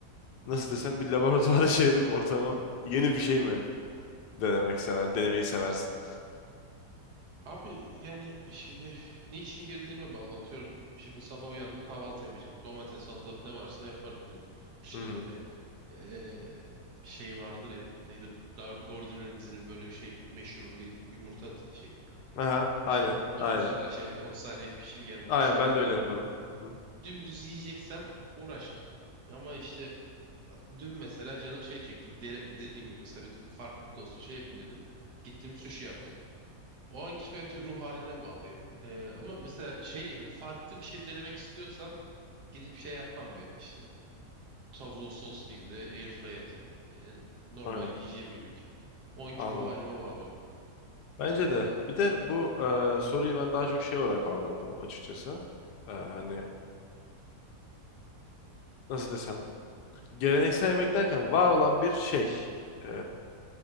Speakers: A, on the left (about 85°); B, on the right (about 80°).
A: nasıl desem bir laboratuvara <laughs> çevirip ortamı yeni bir şey mi denemek sever, denemeyi seversin?
B: Abi yani şimdi niçin girdiğime bağlı atıyorum. Şimdi sabah uyandım kahvaltı yapacağım. Domates, salatalık ne varsa yaparım. Hani işte
A: Hı hı.
B: böyle eee, şey vardır ya. Nedir? Gar- Gordon Ramsay'nin böyle şey meşhur bir yumurta t- şey.
A: Aha, aynen
B: işte 30
A: aynen.
B: dakika şey 30 saniye pişir gene
A: Aynen
B: pişir.
A: ben de öyle yaparım. Hı hı.
B: Dümdüz yiyeceksem uğraşmam. Ama işte dün mesela canım şey çekti. Bir dere- dediğim gibi mesela bir farklılık olsun şey yapayım dedim. Gittim sushi yaptım. O anki bence ruh haline bağlı ya. <laughs> Ee, ama mesela şey hani farklı bir şey denemek istiyorsam gidip şey yapmam yani işte tavuğu soslayayım da airfryer atayım. Yani normal
A: Aynen
B: yiyeceğim yemek. O anki
A: anladım.
B: ruh halime bağlıyorum.
A: Bence de. Bir de bu e, soruyu ben daha çok şey olarak algıladım açıkçası. E, hani nasıl desem. Geleneksel yemek derken var olan bir şey. E,